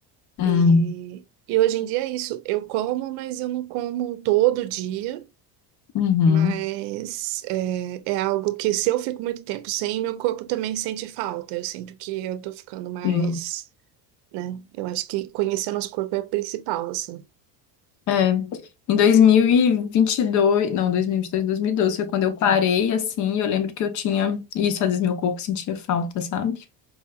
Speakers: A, on the left; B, on the right.
A: Hum,
B: E, e hoje em dia é isso, eu como, mas eu não como todo dia.
A: Uhum.
B: Mas é, é algo que se eu fico muito tempo sem, meu corpo também sente falta. Eu sinto que eu tô ficando mais,
A: sim.
B: né? Eu acho que conhecer nosso corpo é o principal, assim.
A: É, em 2022, não, 2022, 2012 foi quando eu parei, assim, e eu lembro que eu tinha isso, às vezes meu corpo sentia falta, sabe?